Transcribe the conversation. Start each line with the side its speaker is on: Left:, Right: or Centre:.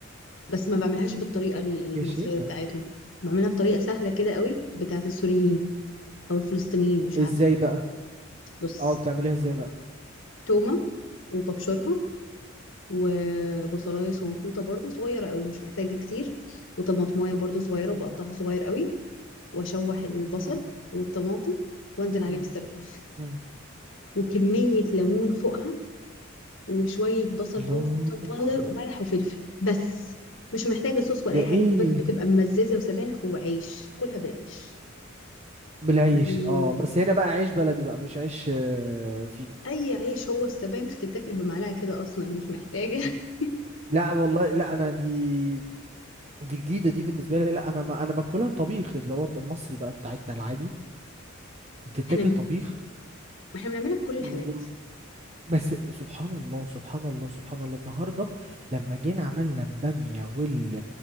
Left: بس ما بعملهاش بالطريقة المصرية
Right: يا شيخة
Left: بتاعتنا بعملها بطريقة سهلة كده قوي بتاعة السوريين أو الفلسطينيين مش
Right: ازاي
Left: عارفة
Right: بقى
Left: بص
Right: اه بتعمليها ازاي بقى
Left: تومة وببشرها وبصلاية صنطوطة برضو صغيرة قوي مش محتاجة كتير وطماطماية برضو صغيرة
Right: مم،
Left: وبقطعها صغير قوي وأشوح البصل
Right: مم،
Left: والطماطم وأنزل عليه
Right: مم،
Left: بالسبانخ
Right: مم.
Left: وكمية ليمون فوقها وشوية بصل
Right: الله
Left: باودر وتوم باودر وملح وفلفل بس مش محتاجة صوص ولا
Right: ده
Left: أي
Right: ايه
Left: حاجة بس بتبقى ممززة وسبانخ وعيش كلها بالعيش
Right: بالعيش
Left: مم.
Right: اه بس هنا بقى عيش بلدي بقى مش عيش آه، فينو
Left: اي عيش هو السبانخ تتاكل بمعلقه كده اصلا مش محتاجه <laughs>
Right: لا والله لا انا دي دي جديده دي بالنسبه لي لا انا ما انا باكلها طبيخ اللي هو المصري بقى بتاعتنا العادي بتتاكل
Left: احنا ب...
Right: طبيخ
Left: احنا بنعملها بكل
Right: و...
Left: الحالات
Right: بس سبحان الله سبحان الله سبحان الله النهارده لما جينا عملنا الباميه وال